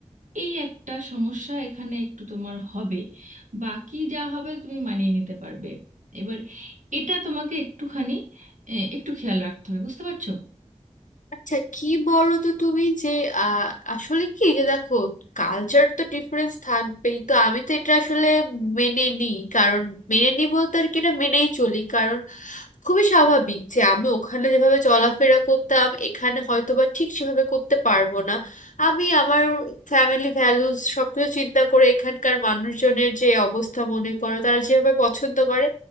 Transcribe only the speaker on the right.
এই একটা সমস্যা এখানে একটু তোমার হবে বাকি যা হবে তুমি মানিয়ে নিতে পারবে এবার এটা তোমাকে একটুখানি এ, একটু খেয়াল রাখতে হবে বুঝতে পারছো